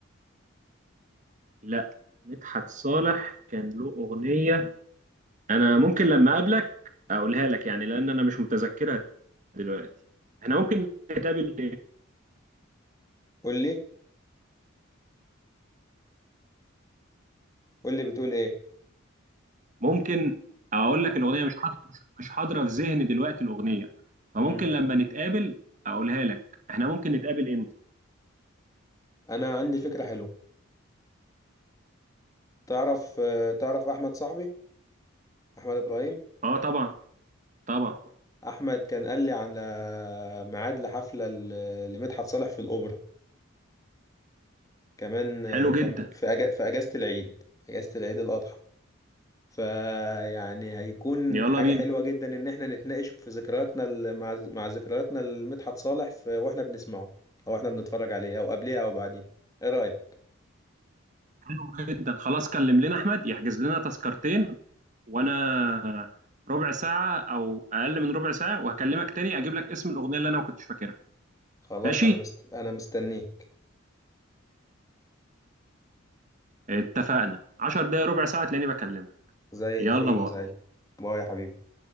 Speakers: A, on the right (about 35°); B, on the left (about 15°).
A: لا مدحت صالح كان له اغنيه انا ممكن لما اقابلك اقولها لك يعني لان انا مش متذكرها دلوقتي احنا ممكن نتقابل
B: قول لي قول لي بتقول إيه
A: ممكن او اقول لك الاغنيه مش حاضره مش حاضره في ذهني دلوقتي الاغنيه فممكن
B: مم.
A: لما نتقابل اقولها لك احنا ممكن نتقابل امتى
B: أنا عندي فكرة حلوة تعرف آه، تعرف أحمد صاحبي أحمد إبراهيم
A: اه طبعا طبعا
B: أحمد كان قال لي على ميعاد لحفلة ل- لمدحت صالح في الأوبرا كمان آه،
A: حلو
B: كم...
A: جدا
B: في أج... في أجازة العيد أجازة العيد الأضحى فيعني هيكون
A: يلا
B: حاجة
A: بينا
B: حلوة جدا إن إحنا نتناقش في ذكرياتنا ال- مع مع ذكرياتنا لمدحت صالح في وإحنا بنسمعه أو إحنا بنتفرج عليه أو قبليه أو بعديه إيه رأيك؟
A: حلو جدا خلاص كلم لنا احمد يحجز لنا تذكرتين وانا ربع ساعه او اقل من ربع ساعه وهكلمك تاني اجيب لك اسم الاغنيه اللي انا ما كنتش فاكرها
B: خلاص
A: ماشي
B: أنا مست... أنا مستنيك
A: اتفقنا 10 دقايق ربع ساعه تلاقيني بكلمك
B: زي
A: يلا
B: الفل
A: باي
B: يا زعيم باي يا حبيبي